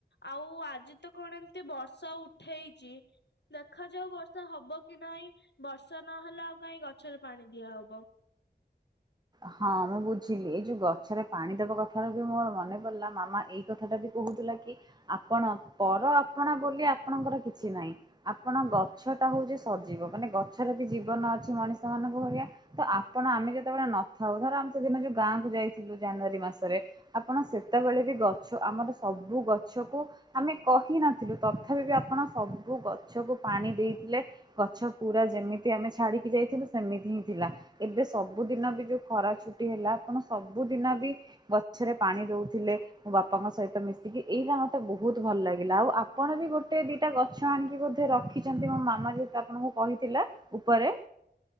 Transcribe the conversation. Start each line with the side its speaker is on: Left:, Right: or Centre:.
Left: ଆଉ ଆଜି ତ କଣ ଏମତି ବର୍ଷା ଉଠେଇଛି। ଦେଖାଯାଉ ବର୍ଷା ହବ କି ନାଇଁ ବର୍ଷା ନହେଲେ ଆଉ କାଇଁ ଗଛରେ ପାଣି ଦିଆହବ।
Right: ହଁ ମୁଁ ବୁଝିଲି ଏଇ ଯୋଉ ଗଛରେ ପାଣି ଦବା କଥାରୁ ବି ମୋର ମନେ ପଡିଲା ମାମା ଏଇ କଥାଟା ବି କହୁଥିଲା କି ଆପଣ ପର ଆପଣା ବୋଲି ଆପଣଙ୍କର କିଛି ନାହିଁ। ଆପଣ ଗଛ ଟା ହଉଛି ସଜିବ ମାନେ ଗଛରେ ବି ଜୀବନ ଅଛି ମଣିଷ ମାନଙ୍କ ଭଳିଆ। ତ ଆପଣ ଆମେ ଯେତେବେଳେ ନଥାଉ ଧର ଆମେ ସେଦିନ ଯୋଉ ଗାଁକୁୁ ଯାଇଥିଲୁ ଜାନୁଆରୀ ମାସରେ ଆପଣ ସେତେବେଳେ ବି ଗଛ ଆମର ସବୁ ଗଛକୁ ଆମେ କହିନଥିଲୁ ତଥାପି ବି ଆପଣ ସବୁ ଗଛକୁ ପାଣି ଦେଇଥିଲେ। ଗଛ ପୁରା ଯେମିତି ଆମେ ଛାଡିକି ଯାଇଥିଲୁ ସେମିତି ହିଁ ଥିଲା ଏବେ ସବୁଦିନ ବି ଯୋଉ ଖରା ଛୁଟି ହେଲା ଆପଣ ସବୁଦିନ ବି ଗଛରେ ପାଣି ଦଉଥିଲେ। ମୋ ବାପାଙ୍କ ସହିତ ମିଶିକି, ଏଇ ରା ମତେ ବହୁତ ଭଲ ଲାଗିଲା ଆଉ ଆପଣ ବି ଗୋଟେ ଦି ଏଟା ଗଛ ଆଣିକି ବୋଧେ ରଖିଛନ୍ତି ମୋ ମାମା ଯେହେତୁ ଆପଣଙ୍କୁ କହିଥିଲା ଉପରେ।